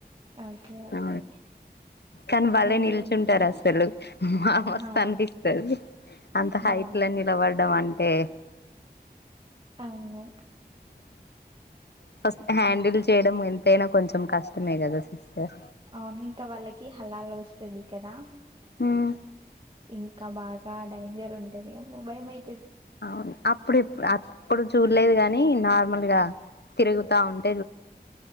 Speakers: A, on the right; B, on the left.
A: ఓకే ఓకే
B: ఆ కానీ భలే
A: మంచిగా
B: నిల్చుంటారు
A: అనిపిస్తదా
B: అసలు మా
A: ఆహా
B: మస్తు అనిపిస్తుంది అంత
A: బాగుంటది
B: హైట్ లో నిలబడడం అంటే తే
A: అవును
B: ఫస్ట్ హ్యాండిల్ చేయడం ఎంతైనా కొంచెం కష్టమే కదా సిస్టర్
A: అవును ఇంకా వాళ్ళకి హలాలు వస్తది కదా
B: ఉమ్
A: ఇంకాబాద్ ఇంకా డేంజర్ ఉంటేది అమ్మో భయం అయి
B: అవును అప్పుడ ఇప్పుడు అప్ ప్పుడు చూడలేదు గాని నార్మల్ గా తిరుగుతా ఉంట